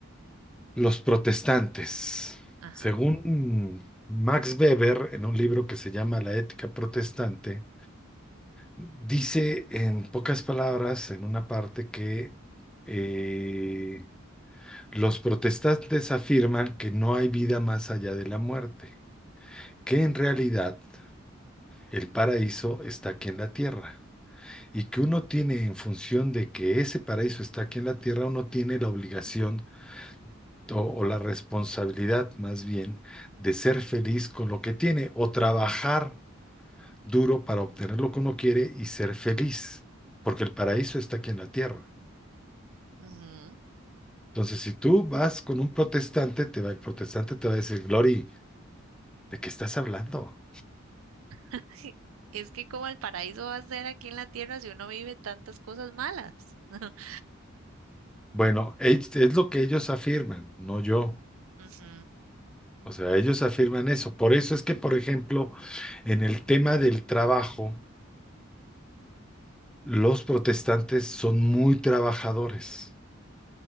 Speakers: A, in the centre; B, on the right.
A: los protestantes.
B: Ajá.
A: Según Max Weber, en un libro que se llama La ética protestante, dice en pocas palabras, en una parte, que eh, los protestantes afirman que no hay vida más allá de la muerte, que en realidad el paraíso está aquí en la tierra. Y que uno tiene en función de que ese paraíso está aquí en la tierra, uno tiene la obligación o, o la responsabilidad más bien de ser feliz con lo que tiene o trabajar duro para obtener lo que uno quiere y ser feliz, porque el paraíso está aquí en la tierra.
B: ujú.
A: Entonces, si tú vas con un protestante, te va, el protestante te va a decir, Glory, ¿de qué estás hablando?
B: <laughs> Es que como el paraíso va a ser aquí en la tierra si uno vive tantas cosas malas. <laughs>
A: Bueno, es es lo que ellos afirman, no yo.
B: Ujú,
A: O sea, ellos afirman eso. Por eso es que, por ejemplo, en el tema del trabajo, los protestantes son muy trabajadores,